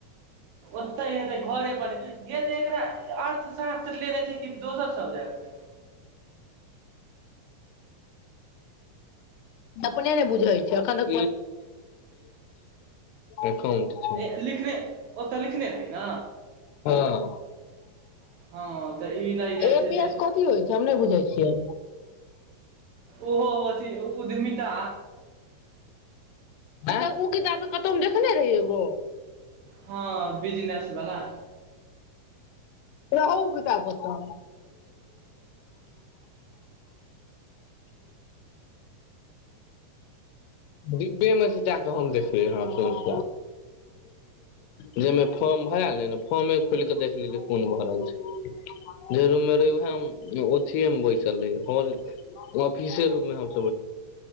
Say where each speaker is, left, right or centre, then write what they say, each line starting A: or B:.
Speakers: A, on the right; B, on the left.
A: ओते हेतै घोरे पर जे देखरा अर्थ श्र लेने छै कि दोसर सबजेक्ट
B: अपने ने बुझल छै एखन तक एकाउंट छै
A: लिखने ओतऽ लिखने रह न
B: हँ
A: हँ तऽ ई नहि जा
B: ए
A: छै
B: पी
A: जे
B: एस कथी होइ छै हम नहि बुझै छियै
A: ओहो ओ धीमिता
B: अ ओ किताब तऽ कतहु देखने रहि एगो
A: हँ बिजनेस बला
B: प अपने डिब्बे मे से जाक हम देखली हसाथ जाहिमे फॉर्म भरले ने फॉर्मे खोल के देख लेली कोन भर छै जे रूम मे रहे उहथ मे बैसल रहेॉल ऑफिसे रू मे हम